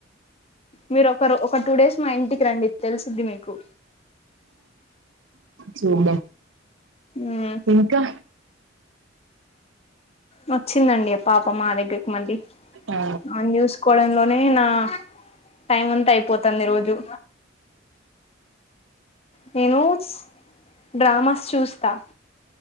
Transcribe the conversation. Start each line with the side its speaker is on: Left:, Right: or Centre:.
Left: మీరు ఒకరు ఒక టూ డేస్ మా ఇంటికి రండి తెలుస్ సిద్ధి మీకు
Right: చూద్దాం
Left: మ్
Right: ఇంకా
Left: వచ్చిందండి ఆ పాప మా దగ్గరకి మళ్ళీ
Right: ఆ
Left: ఆయన్ని చూస్కోడం లో నేనా టైం అంతా అయిపోతంది రోజూ నేనూ స్ డ్రామాస్ చూస్తా